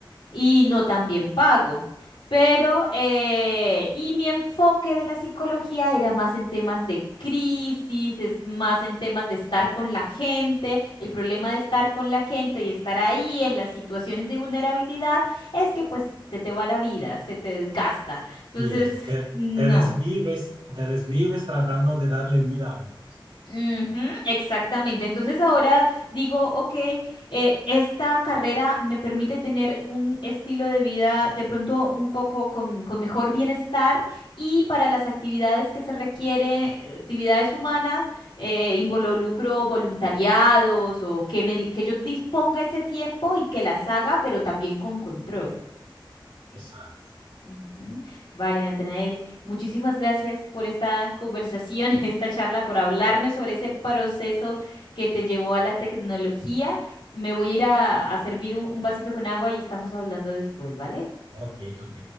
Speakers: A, on the left; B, on the right.
A: y no tan bien pago. Pero, eh, y mi enfoque de la psicología era más en temas de crisis, es más en temas de estar con la gente. El problema de estar con la gente y estar ahí en las situaciones de vulnerabilidad es que pues se te va la vida, se te desgasta. Entonces,
B: Y es, te,
A: no.
B: te desvives, te desvives tratando de darle vida a otro.
A: Ujú, exactamente. Entonces ahora digo, ok, eh, esta carrera me permite tener un estilo de vida de pronto un poco con, con mejor bienestar y para las actividades que se requieren, eh, actividades humanas, eh, involucro voluntariados o que, me, di- que yo disponga ese tiempo y que las haga, pero también con control.
B: Exacto.
A: Ujú. Vale, Natanael, muchísimas gracias por esta conversación, <laughs> esta charla, por hablarme sobre ese proceso que te llevó a la tecnología. Me voy a ir a, a servir un un vasito con agua y estamos hablando después, ¿vale?
B: Ok, ok.